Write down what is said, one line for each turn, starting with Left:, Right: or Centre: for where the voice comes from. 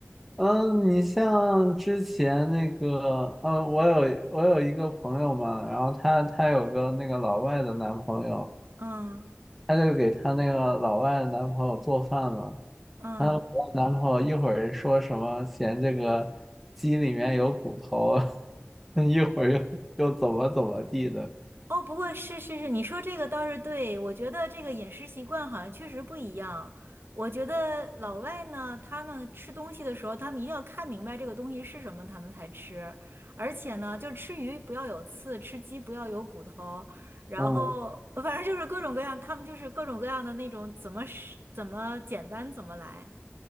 Centre: 嗯，你像之前那个，呃，我有我有一个朋友嘛，然后她她有个那个老外的男朋友，
Right: 嗯
Centre: 她就给她那个老外的男朋友做饭嘛，
Right: 嗯，
Centre: 她老外男朋友一会儿说什么嫌这个鸡里面有骨头啊，<laughs> 一会儿又又怎么怎么地的，
Right: 哦，不过是是是，你说这个倒是对，我觉得这个饮食习惯好像确实不一样。我觉得老外呢，他们吃东西的时候，他们一定要看明白这个东西是什么，他们才吃。而且呢，就吃鱼不要有刺，吃鸡不要有骨头，然后反正就是各种各样，
Centre: 嗯。
Right: 他们就是各种各样的那种怎么是怎么简单怎么来。